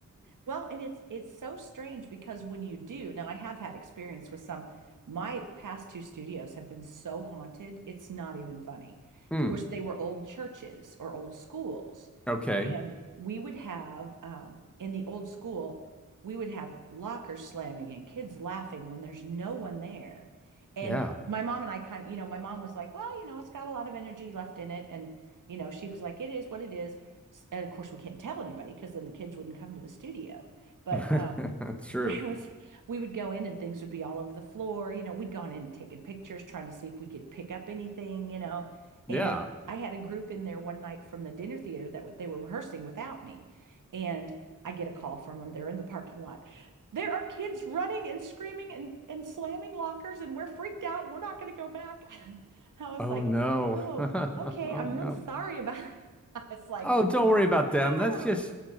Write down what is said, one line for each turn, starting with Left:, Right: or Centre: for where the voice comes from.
Right: Well, and it's it's so strange because when you do, now I have had experience with some, my past two studios have been so haunted, it's not even funny.
Centre: Mm,
Right: Of course, they were old churches or old schools,
Centre: okay
Right: and we would have um, in the old school, we would have lockers slamming and kids laughing when there's no one there. And
Centre: yeah
Right: my mom and I kind of, you know, my mom was like, well, you know, it's got a lot of energy left in it, and you know, she was like, it is what it is s- and of course we can't tell anybody because then the kids wouldn't come to the studio but
Centre: <laughs>
Right: um,
Centre: That's
Right: <laughs>
Centre: true.
Right: there was we would go in and things would be all over the floor you know we'd gone in and taken pictures trying to see if we could pick up anything you know
Centre: Yeah.
Right: Yeah. and I had a group in there one night from the dinner theater that w- they were rehearsing without me and I get a call from them they're in the parking lot there are kids running and screaming and and slamming lockers and we're freaked out and we're not going to go back <laughs> I was
Centre: Oh
Right: like
Centre: no.
Right: oh
Centre: <laughs>
Right: okay
Centre: Oh
Right: I'm
Centre: no.
Right: real sorry about <laughs> it's like
Centre: Oh, don't worry about them.
Right: Oh,
Centre: That's just